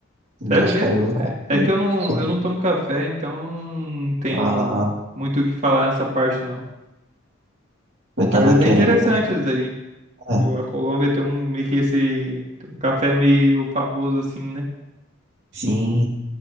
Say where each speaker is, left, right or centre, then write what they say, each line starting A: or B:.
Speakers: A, on the right; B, on the right.
A: Sério
B: Vou experimentar
A: mesmo? É,
B: também.
A: é que eu não,
B: Sério.
A: eu não tomo café, então eu não tenho
B: Ah,
A: muito o que falar nessa parte, não.
B: eu tava
A: Mas é bem
B: querendo.
A: interessante isso aí. Tipo,
B: É,
A: a Colômbia tem um meio que esse um café meio famoso assim, né?
B: sim,